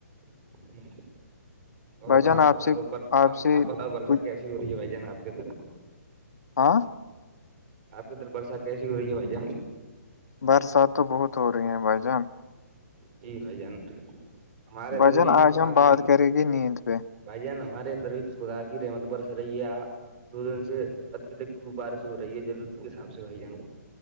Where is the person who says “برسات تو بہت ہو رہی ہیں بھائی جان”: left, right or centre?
Left